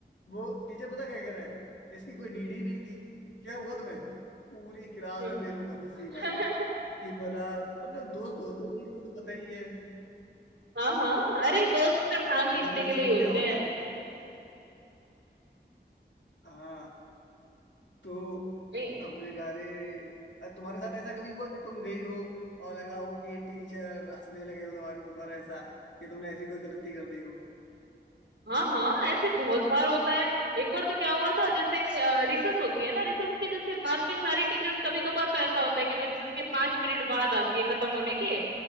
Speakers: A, on the left; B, on the right.
A: वो टीचर पता क्या कह रहे हैं इसकी कोई नीड ही नहीं थी क्या हुआ तुम्हें पूरी क्लास
B: हाँ
A: जो मेरे ऊपर हंसी
B: <laughs>
A: भाई कि बड़ा मतलब दोस्त होते ही हैं, वो तो पता ही है
B: हाँ हाँ अरे दोस्त तो सिर्फ टांग खींचने
A: उनका
B: के
A: सीन
B: लिए ही होते
A: क्या होता
B: हैं
A: है हाँ तो
B: नहीं
A: हमने कहा अरे अ, तुम्हारे साथ ऐसा कभी हुआ कि तुम गई हो और लगा हो कि टीचर हंसने लगे हो तुम्हारे ऊपर ऐसा कि तुमने ऐसी कोई गलती कर दी हो
B: हाँ हाँ ऐसे बहुत बार होता है एक बार तो क्या हुआ था जैसे रिसर्च होती है ना रिसर्च के जैसे बाद में सारी टीचर्स कभी कभार तो ऐसा होता है कि भाई रिसर्च के पांच मिनट बाद आती है खत्म होने के